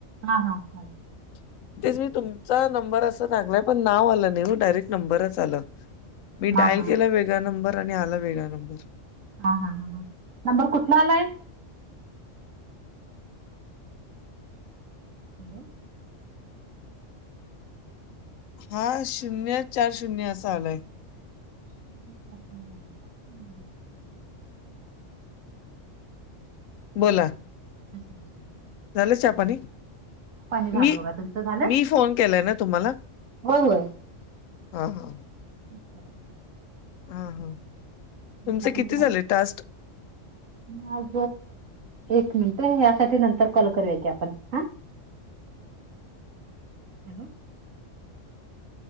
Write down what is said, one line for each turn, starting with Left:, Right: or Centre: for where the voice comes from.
Right: हा हा हा
Left: <inaudible> तेच मी तुमचा नंबर असं लागलाय पण नाव आलं नाही मग डायरेक्ट नंबरच आलं मी
Right: हा
Left: डायल
Right: हा
Left: केला वेगळा नंबर आणि आला वेगळा नंबर
Right: हा हा हा हां नंबर कुठला आलाय हॅलो
Left: हा शून्य चार शून्य असा आलाय
Right: ह् प्रश्न
Left: बोला
Right: हम् ह
Left: झालं चहा पाणी
Right: झालं
Left: म
Right: बघा तुमचं झालं?
Left: मी फोन केलाय ना तुम्हाला
Right: होय होय.
Left: हा हा
Right: ह
Left: हा हा तुमचे
Right: आपण
Left: किती
Right: झाला
Left: झाले टास्क
Right: माझ एक मिनिट यासाठी नंतर कॉल करूया की आपण हा
Left: ह
Right: हॅलो